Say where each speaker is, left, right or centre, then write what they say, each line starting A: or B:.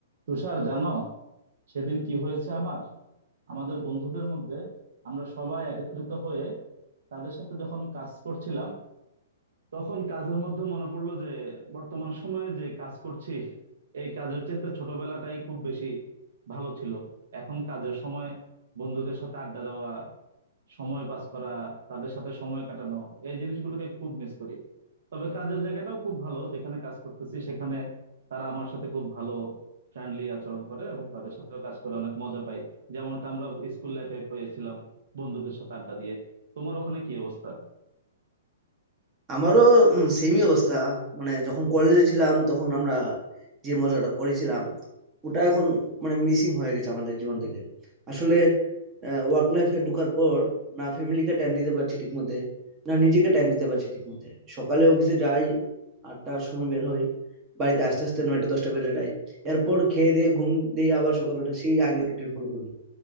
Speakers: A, on the right; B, on the right.
A: তুষার জানো সেদিন কি হয়েছে আমার আমাদের বন্ধুদের মধ্যে আমরা সবাই একত্রিত হয়ে তাদের সাথে যখন কাজ করছিলাম তখন কাজের মধ্যে মনে পড়লো যে বর্তমান সময়ে যে কাজ করছি এই কাজের চেয়ে ছোটবেলাটাই খুব বেশি ভালো ছিল এখন কাজের সময় বন্ধুদের সাথে আড্ডা দেওয়া সময় পাস করা তাদের সাথে সময় কাটানো এই জিনিসগুলোকে খুব মিস করি তবে কাজের জায়গাটাও খুব ভালো যেখানে কাজ করতেছি সেখানে তারা আমার সাথে খুব ভালো ফ্রেন্ডলি আচরণ করে এবং তাদের সাথেও কাজ করে অনেক মজা পাই যেমনটা আমরা স্কুল লাইফে পেয়েছিলাম বন্ধুদের সাথে আড্ডা দিয়ে তোমার ওখানে কি অবস্থা
B: আমারও সেমই অবস্থা মানে যখন কলেজে ছিলাম তখন আমরা যে মজাটা করেছিলাম ওটা এখন মানে মিসিং হয়ে গেছে আমাদের জীবন থেকে আসলে ওয়ার্ক লাইফে ঢোকার পর না ফ্যামিলিকে টাইম দিতে পারছি ঠিক মতে না নিজেকে টাইম দিতে পারছি ঠিক মতে সকালে অফিসে যাই আটটার সময় বের হই বাড়িতে আস্তে আস্তে নয়টা দশটা বেজে যায় এরপর খেয়ে দিয়ে ঘুম দিয়ে আবার সকালে উঠে সেই আগের রুটিন ফলো করি